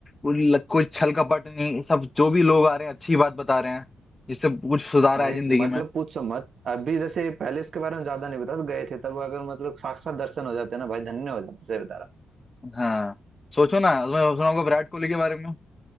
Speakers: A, on the left; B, on the right.
A: कुछ कुछ छल कपट नहीं सब जो भी लोग आ रहे हैं अच्छी बात बता रहे हैं जिससे कुछ सुधार
B: भाई
A: आए जिंदगी
B: मतलब
A: में
B: पूछो मत अभी जैसे पहले इसके बारे में ज्यादा नहीं बता गए थे तब अगर मतलब साक्षात दर्शन हो जाते ना भाई धन्य हो जाते सही बता रहा
A: हाँ सोचो ना मैं सुना होगा विराट कोहली के बारे में